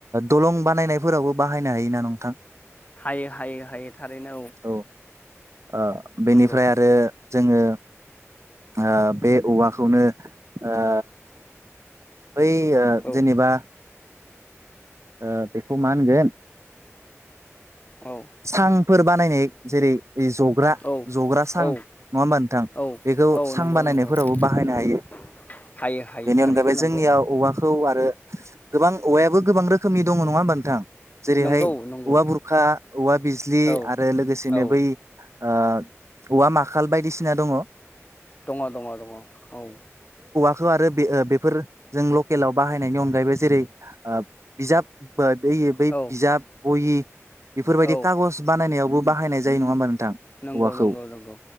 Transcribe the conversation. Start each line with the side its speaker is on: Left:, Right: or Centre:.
Right: दलं बानायनाय फोरावबो बाहायनो हायोना नोंथां
Left: हायो हायो हायो थारैनो
Right: औ। ओ बेनिफ्राय
Left: नंगौ
Right: आरो जोङो ओ बे औवाखौनो ओ बै ओ
Left: औ
Right: जेनेबा ओ बेखौ मा होनगोन
Left: औ
Right: सां फोर बानायनाय जेरै जग्रा
Left: औ
Right: जग्रा सां
Left: औ
Right: नङा होमबा नोंथां
Left: औ
Right: बेखौ
Left: औ
Right: सां
Left: नंगौ
Right: बानायनायफोरावबो
Left: नंगौ
Right: बाहायनो हायो।
Left: <unintelligible> हायो
Right: बेनि
Left: थारैनो
Right: अनगायैबो
Left: नंगौ
Right: जोंनियाव औवाखौ आरो गोबां औवायाबो गोबां रोखोमनि दङ नङा होमबा नोंथां? जेरैहाय
Left: नंगौ नंगौ
Right: औवा बुरखा औवा बिजलि
Left: औ
Right: आरो लोगोसेनो
Left: औ
Right: बै ओ औवा माखाल बायदिसिना दङ।
Left: दङ दङ दङ औ।
Right: खौ आरो ओ बे-बेफोर जों लकेलाव बाहायनायनि अनगायैबो जेरै ओ बिजाब बै बै
Left: औ
Right: बिजाब बहि बेफोरबायदि
Left: औ
Right: कागज बानायनायावबो बाहायनाय जायो नङा होनबा नोंथ थां
Left: नंगौ
Right: औवाखौ
Left: नंगौ नंगौ